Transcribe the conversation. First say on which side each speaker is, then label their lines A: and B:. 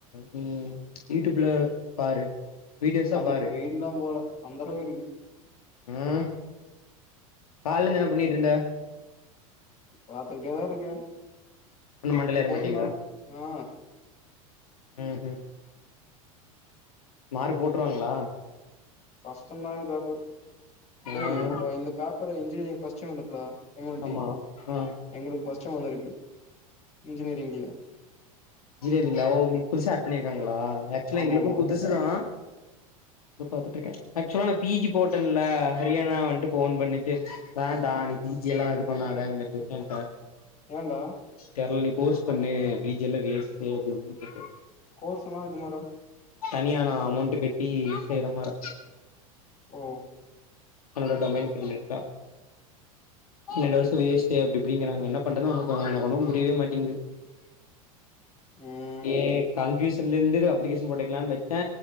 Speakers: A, on the left (about 85°); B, on the left (about 40°).
A: நீ ம்ச் யூடியூப்ல பாரு வீடியோஸா
B: அழி
A: பாரு
B: பெய்டுல்லா போல அந்தளவுக்கு இருக்கு
A: ம் கால்ல இருந்து என்ன பண்ணிட்ருந்த
B: பாத்துக்கிட்டேதா இருக்கே
A: ஒண்ணு மண்டேல ஏற
B: போதுன்டா
A: மாட்டிங்குதா
B: ஆ
A: உஹம் மார்க் போட்ருவாங்களா
B: கஸ்டமான பேப்பர் வை
A: ம்
B: இப்ப இந்த பேப்பர்ரு இன்ஜினியரிங் ஃபஸ்ட்டு வந்திருக்குடா எல் எம் டி
A: ஆமா ஆ
B: எங்களுக்கு ஃபர்ஸ்ட் சும் வந்திருக்கு இன்ஜினியரிங்ல
A: இன்ஜினியரிங்ல உங்களுக்கு புதுசு ஆட் பண்ணியிருக்காங்களா ஆக்சுவல
B: ஆமாமா
A: எங்களுக்கு புதுசு தா இது பாத்துட்ருக்கே ஆக்சுவலா நா பி ஜி போட்டேன்ல ஹரியானா வன்ட்டு ஃபோன் பண்ணிச்சு வேண்டா இது பி ஜி எல்லா இது பண்ணாதங்கறது என்ட
B: என்டா
A: தெர்ல நீ கோர்ஸ் பண்ணு பி ஜி எல்லா வெஸ்ட்டு அப்டி இப்டின் திட்டு
B: கோர்ஸ்ஸுனா இது மாரே
A: தனியானா அமௌண்ட்டு கட்டி செய்ற மார
B: ஓ
A: அந்த டொமைன் கன்டைக்டா ரெண்டு வருஷோ வேஸ்ட்டு அப்டி இப்டிங்கறாங்க என்ன பண்றது ஒனக்கு எனக்கு ஒண்ணு புரியவே மாட்டிங்குது
B: ம்
A: ஏ கன்பியூஸ் திந்தந்தது அப்ளிகேஷன் போட்டுக்கல வச்சே